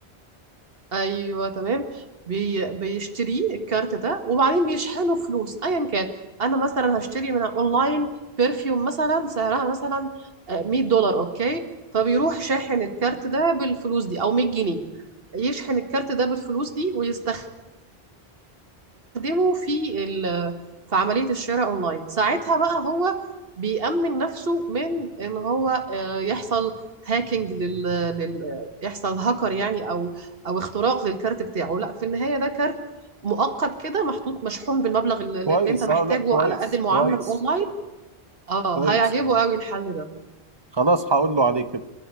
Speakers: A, on the right; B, on the right.
A: ايوه تمام بي... بيشتريه الكارت ده وبعدين بيشحنوا فلوس ايا كان انا مثلا هشتري من اونلاين برفيوم مثلا سعرها مثلا آه، 100 دولار اوكي فبيروح شاحن الكارت ده بالفلوس دي او 100 جنيه يشحن الكارت ده بالفلوس دي ويستخدمه بيستخدمه في ال- في عملية الشراء اونلاين ساعتها بقى هو بيأمن نفسه من ان هو آه، يحصل هاكينج لل... لل... آه، يحصل هاكر يعني او او اختراق للكارت بتاعه لا في النهاية ده كارت مؤقت كده محطوط مشحون بالمبلغ اللي, اللي
B: كويس
A: انت محتاجه
B: اه لا كويس
A: على قد المعاملة
B: كويس
A: الاونلاين اه
B: كويس
A: هيعجبه
B: أوي.
A: قوي الحل ده
B: خلاص هقول له عليه كده